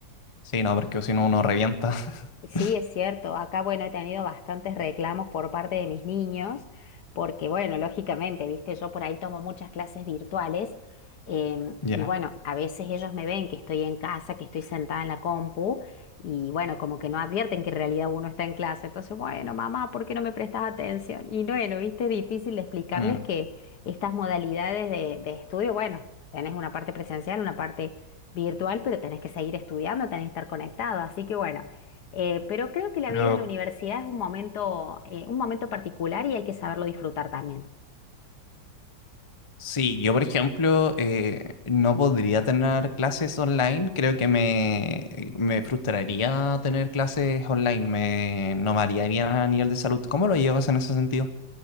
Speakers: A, on the left; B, on the left.
A: Sí, no, porque si no uno revienta.
B: Sí,
A: <laughs>
B: es cierto. Acá, bueno, he tenido bastantes reclamos por parte de mis niños, porque, bueno, lógicamente, viste, yo por ahí tomo muchas clases virtuales em,
A: Ya.
B: y, bueno, a veces ellos me ven que estoy en casa, que estoy sentada en la compu y, bueno, como que no advierten que en realidad uno está en clase. Entonces, bueno, mamá, ¿por qué no me prestas atención? Y, bueno, viste, es difícil de explicarles
A: Mm.
B: que estas modalidades de, de estudio, bueno, tenés una parte presencial, una parte virtual, pero tenés que seguir estudiando, tenés que estar conectado. Así que, bueno. Eh, pero creo que la
A: Pero
B: vida en la universidad es un momento, eh, un momento particular y hay que saberlo disfrutar también.
A: sí, yo por ejemplo eh, no podría tener clases online. Creo que me, me frustraría tener clases online. Me, no me haría bien a nivel de salud. ¿Cómo lo llevas en ese sentido?